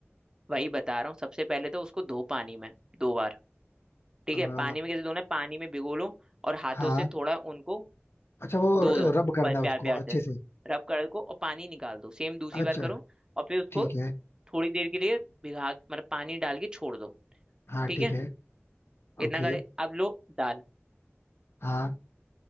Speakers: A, on the right (about 15°); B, on the left (about 60°).
A: वही बता रहा हूँ सबसे पहले तो उसको धो पानी में दो बार ठीक
B: आ,
A: है पानी में कैसे धोना है पानी में भिगो लो और हाथों
B: हाँ
A: से थोड़ा उनको
B: अच्छा वो
A: दो दो
B: रब करना
A: प-
B: है
A: प्यार
B: उसको
A: प्यार
B: अच्छे
A: से
B: से
A: रब कर को और पानी निकाल दो सेम दूसरी
B: अच्छा
A: बार करो और फिर उसको
B: ठीक है
A: थोड़ी देर के लिए भिगा मतलब पानी डाल के छोड़ दो
B: हाँ
A: ठीक
B: ठीक
A: है
B: है
A: इतना
B: ओके
A: करे अब लो दाल
B: हाँ